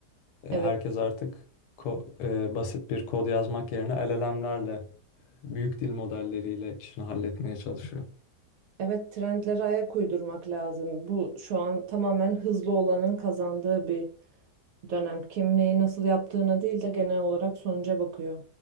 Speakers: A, on the left; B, on the right.
A: Ee,
B: Evet.
A: herkes artık ko- e, basit bir kod yazmak yerine LLM'lerle, büyük dil modelleriyle işini halletmeye çalışıyor.
B: Evet, trendlere ayak uydurmak lazım. Bu şu an tamamen hızlı olanın kazandığı bir dönem. Kim neyi nasıl yaptığına değil de genel olarak sonuca bakıyor.